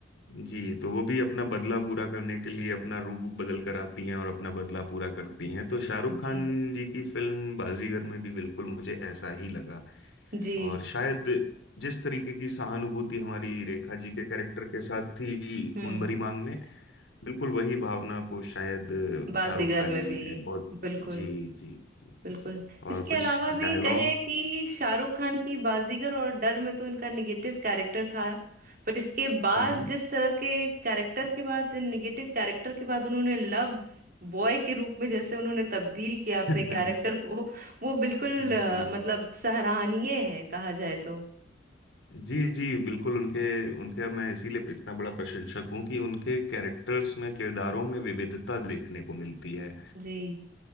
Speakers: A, on the left; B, on the right.
A: जी तो वो भी अपना बदला पूरा करने के लिए अपना रूप बदल कर आती हैं और अपना बदला पूरा करती हैं तो शाहरुख
B: जी
A: खान जी की फिल्म बाजीगर में भी बिल्कुल मुझे ऐसा ही लगा
B: जी
A: और शायद जिस तरीके की सहानुभूति हमारी रेखा जी के कैरेक्टर के साथ थी
B: हम्म
A: खून भरी मांग में बिल्कुल वही भावना को शायद
B: बाजीगर
A: शाहरुख खान
B: में
A: जी
B: भी
A: ने बहुत
B: बिल्कुल
A: जी जी जी
B: बिल्कुल
A: और
B: इसके
A: कुछ
B: अलावा
A: डायलॉग
B: भी कहें कि शाहरुख खान की बाजीगर और डर में तो इनका निगेटिव कैरेक्टर था बट इसके बाद
A: हम्म
B: जिस तरह के कैरेक्टर के बाद इन निगेटिव कैरेक्टर के बाद उन्होंने लव बॉय के रूप में जैसे उन्होंने तब्दील किया अपने
A: हम्म
B: कैरेक्टर को वो बिल्कुल
A: <laughs>
B: अ,
A: जी
B: मतलब सराहनीय है कहा जाए तो
A: जी जी बिल्कुल उनके उनके मैं इसीलिए इतना बड़ा प्रशंसक हूँ कि उनके कैरेक्टर्स में किरदारों में विविधता देखने को मिलती है
B: जी